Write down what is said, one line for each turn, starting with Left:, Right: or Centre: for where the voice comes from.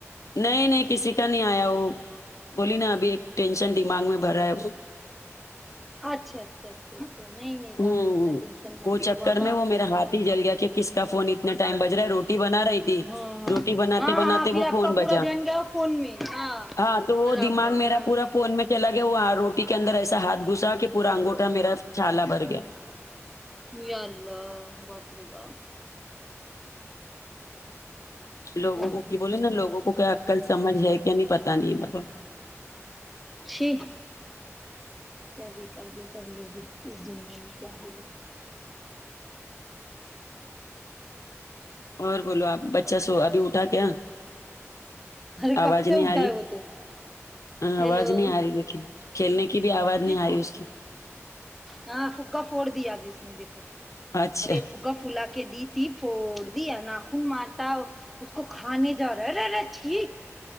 Left: نہیں نہیں کسی کا نہیں ایا وہ بولی نا ابھی ایک ٹینشن دماغ میں بھر رہا ہے وہ
Centre: اچھا اچھا اچھا نہیں نہیں
Left: ہم
Centre: جان دو اتنا ٹینشن مت
Left: وہ
Centre: لو
Left: چکر
Centre: بابا
Left: میں وہ میرا ہاتھ ہی جل گیا کہ کس کا فون اتنا ٹائم بج رہا ہے روٹی روٹی بنا رہی تھی
Centre: ہاں ہاں
Left: روٹی بناتے
Centre: ہاں
Left: بناتے
Centre: ہاں پھر
Left: وہ
Centre: آپ
Left: فون
Centre: کا
Left: بجا
Centre: پورا دھیان گیا فون میں
Left: ہاں تو وہ
Centre: برابر
Left: دماغ میرا
Centre: ہاں
Left: پورا
Centre: ہاں
Left: فون میں چلاگے وہ روٹی کے اندر ایسا ہاتھ گھسا کہ پورا انگوٹھا میرا چھال بھر گیا
Centre: یہ اللہ باپ رے باپ باپ
Left: لوگوں کو کی بولے نالوگوں کو کیا کل سمجھ ہے کیا نہیں پتا نہیں مل
Centre: چھیک کیا بےیکار کے لوگے اس دنیا میں کیا ہے لکھا
Left: اور بولو اپ بچہ سو ابھی اٹھا کیا
Centre: ارے
Left: اواز
Centre: کب سے
Left: نہیں
Centre: اٹھا
Left: رہی
Centre: ہے وہ تو ہیلو
Left: اواز نہیں رہی لیکن کھیلنے کی بھی اواز
Centre: کس
Left: نہیں ا رہی اس کی
Centre: ہاں فگا پھوڑ دیا ابھی اس نے دیکھو
Left: اچھا
Centre: ابھی ایک فگا پھولا دی تھی فھودی ناخن مارتا اس کو کھانے جاؤ رہا ارے رچھی